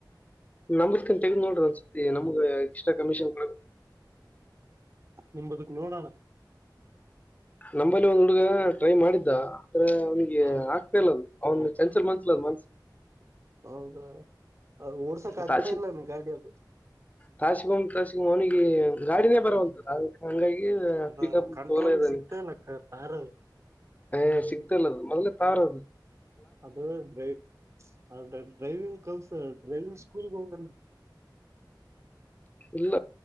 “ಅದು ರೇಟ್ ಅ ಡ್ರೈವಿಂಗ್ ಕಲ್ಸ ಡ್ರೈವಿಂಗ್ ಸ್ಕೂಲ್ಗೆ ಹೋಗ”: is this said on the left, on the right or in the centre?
Right